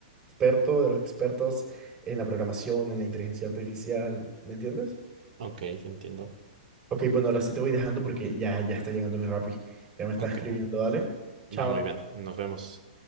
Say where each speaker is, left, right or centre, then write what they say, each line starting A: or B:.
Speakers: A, on the right (about 25°); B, on the right (about 70°).
A: experto de los expertos en la programación, en la inteligencia artificial, ¿me entiendes?
B: Ok, entiendo.
A: Ok, bueno, ahora sí te voy dejando porque ya, ya está llegando mi Rappi. Ya me está
B: Ok,
A: escribiendo, dale. Chao.
B: va muy bien. Nos vemos.